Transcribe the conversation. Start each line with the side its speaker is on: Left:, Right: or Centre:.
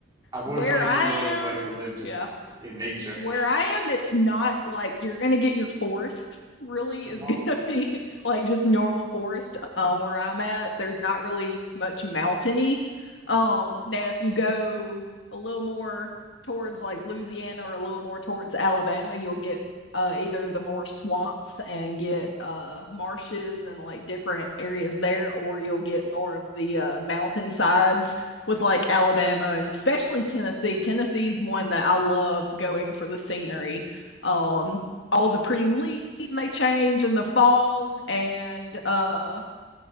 Right: I've
Left: where
Right: always wanted
Left: I
Right: to know
Left: am,
Right: what it was like to live just
Left: yeah,
Right: in nature.
Left: where I am, it's not like you're gonna get your forests really
Right: Uh-huh.
Left: is gonna <laughs> be like just normal forest. Um, where I'm at, there's not really much mountainy. Um, now if you go a little more towards like Louisiana or a little more towards Alabama, you'll get uh either the more swamps and get uh marshes and like different areas there, or you'll get more of the uh mountain sides with like Alabama and especially Tennessee. Tennessee's one that I love going for the scenery. Um, all the pretty leaves may change in the fall and uh